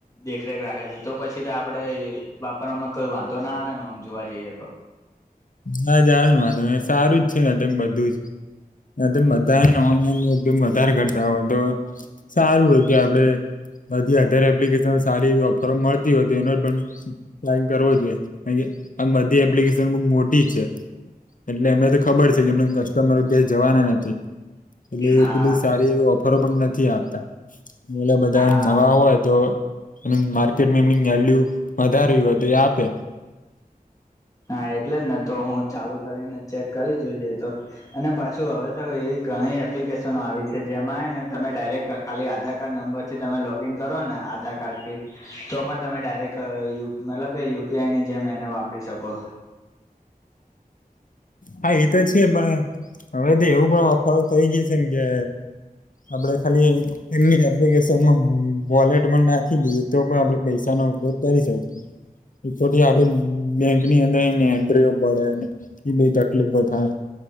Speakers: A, on the left; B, on the left.
A: દેખરેખ રાખે છે તો પછી તો આપડે વાપરમાં કોઈ વાંધો ના આવે ન આમ જોવા જઈએ તો.
B: નાા જાણ વાંધ સારું જ છે ને બધું જ બધા ને ઓનલાઈન. વધારે કરતા હોય તો સારું હોય કે આપડે બધી અધર એપ્લિકેશન સારી ઓફર મળતી હોય તો એનો પણ પલાન કરવો જોઈએ કા આ બધી એપ્લિકેશન મો તે છે, એટલે એમને તો ખબર છે, કે એમ કસ્ટમરો ક્યા જવાના નથી એટલે
A: હા
B: એટલી બધી સારી એ ઓફરો પણ નથી આપતા. બોલે બધા
A: હા
B: નવા હોય તો. એ માર્કેટમાં એમની વલ્યુ વધારે તો એ આપે.
A: હા એટલે જ ને તો હું ચાલુ કરીને ચેક કરી જોઈ છે તો. અને પાછું હવે તો એવી ઘણી એપ્લિકેશનો આવી છે જેમાંને તમે ડાયરેક્ટ. ખાલી આધાર કાર્ડ નંબર થી તમે લોગ ઇન કરો ને આધાર કાર્ડ થી. તો પણ તમે ડાયરેક્ટ મતલબ કે યુપીઆઈની જેમ એને વાપરી શકો
B: હા એ તો છે, પણ હવે તો એવું પણ ઓફર થઈ ગઈ છે, જેમ કે આપડે ખાલી એમની એપ્લિકેશનમાં વોલેટમાં નાખી દઈએ તો પણ આપે પૈસાનો ઉપયોગ કરી શકી <unintelligible> આપડે બેંક ની અંદર એન્ટ્રીઓ પડે એ બે તકલી બ થાય